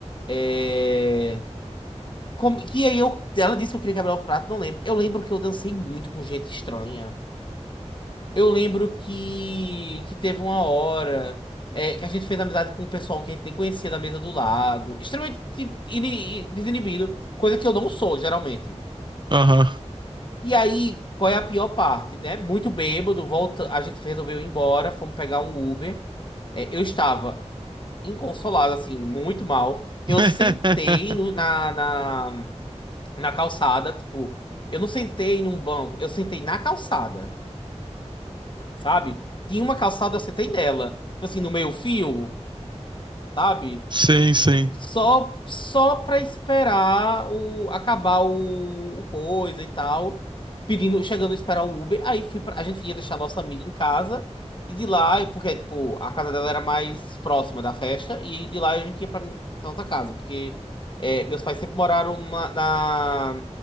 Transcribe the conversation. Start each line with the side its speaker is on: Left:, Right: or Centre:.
Left: É... Como... E aí eu... ela disse que eu queria quebrar o prato, não lembro. Eu lembro que eu dancei muito com gente estranha. Eu lembro que, que teve uma hora é, que a gente fez amizade com um pessoal que a gente nem conhecia da mesa do lado. Extremamente ini- desinibido, coisa que eu não sou, geralmente.
Right: Aham.
Left: E aí, qual é a pior parte, né? Muito bêbado, volta, a gente resolveu ir embora, fomos pegar um Uber. É, eu estava. inconsolável, assim, muito mal.
Right: <laughs>
Left: Eu sentei no- na, na, na calçada, tipo, eu não sentei num banco, eu sentei na calçada, sabe? Tinha uma calçada, eu sentei nela. Tipo assim, no meio fio, sabe?
Right: Sim, sim.
Left: Só, só pra esperar o, acabar o, o coisa e tal. Pedindo, chegando a esperar o Uber. Aí fui pra, a gente ia deixar a nossa amiga em casa. E de lá, porque, tipo, a casa dela era mais próxima da festa. E de lá a gente ia pra minha- pra nossa casa. Porque é, meus pais sempre moraram ma- na,